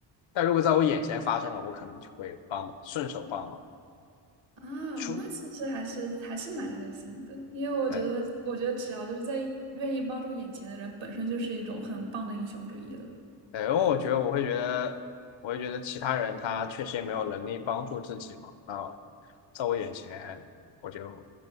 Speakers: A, on the left; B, on the right.
A: 但如果在我眼前发生了，我可能就会帮忙，顺手帮忙
B: 啊，
A: 出。
B: 那其实还是还是蛮热心的，因为我觉得，
A: 对。
B: 我觉得只要就是在愿意帮助眼前的人，本身就是一种很棒的英雄主义了。
A: 哎，因为我觉得我会觉得，我会觉得其他人他确实也没有能力帮助自己嘛。那在我眼前，我就